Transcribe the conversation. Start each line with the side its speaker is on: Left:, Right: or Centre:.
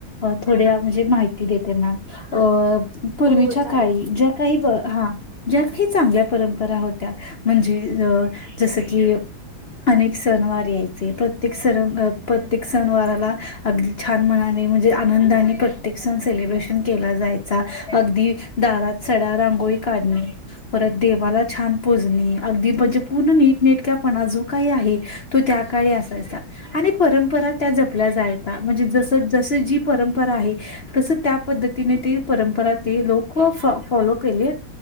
Left: अ थोड्या म्हणजे माहिती देत त्यां ना अ- पूर्वीच्या
Right: हो हो चालेल.
Left: काळी ज्या काही हा- ज्या काही चांगल्या परंपरा होत्या म्हणजे अ जसं की, अनेक सण वार ऐतील प्रत्येक- तर स प्रत्येक सणवाराला अगदी छान मनाने म्हणजे आनंदाने, े सण सेलिब्रेशन केला जायचा अगदी दारात सडा रांगोळी काढणे. परत देवाला छान पुतणे, अगदी म्हणजे पूर्ण नीटनेटक्यापणा जो काही आहे- तू त्या काळी असायचा. आणि परंपरा त्या जपल्या जायच्या म्हणजे जस जस जी परंपरा आहे. तसं त्या पद्धतीने ती परंपरा ती लोक फॉलो केली.